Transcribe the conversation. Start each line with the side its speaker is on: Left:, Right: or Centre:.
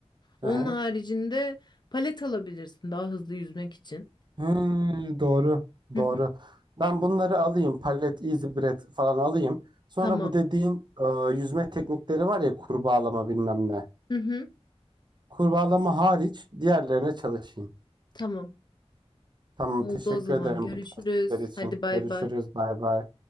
Left: Onun
Right: Ehe.
Left: haricinde palet alabilirsin daha hızlı yüzmek için.
Right: Hmm, doğru,
Left: Hı
Right: doğru.
Left: hı.
Right: Ben bunları alayım, palet, easy bread falan alayım. Sonra
Left: Tamam.
Right: bu dediğin e, yüzme teknikleri var ya kurbağalama bilmem ne.
Left: Hı hı.
Right: Kurbağalama hariç diğerlerine çalışayım.
Left: Tamam.
Right: Tamam,
Left: Oldu
Right: teşekkür
Left: o zaman.
Right: ederim
Left: Görüşürüz.
Right: bu tavsiyeler için.
Left: Hadi bay
Right: Görüşürüz,
Left: bay.
Right: bay bay.